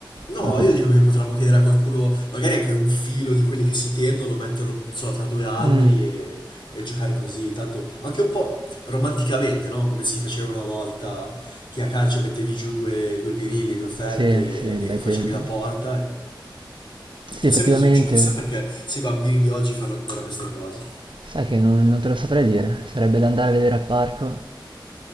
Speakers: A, on the left; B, on the right.
A: No,
B: Dopo...
A: io dico che potremmo chiedere a qualcuno, magari anche un filo di quelli che si tendono, metterlo, non so, tra due alberi
B: Mm,
A: e, e giocare così. Tanto anche un po' romanticamente, no? Come si faceva una volta che a calcio mettevi giù due, due birilli, due felpe
B: sì, sì, bei
A: e facevi
B: tempi.
A: la porta. e-
B: Sì,
A: Chissà
B: effettivamente,
A: cosa succede, chissà perché se i bambini di oggi fanno ancora queste cose.
B: sai che non, non te lo saprei dire. Sarebbe da andare a vedere al parco.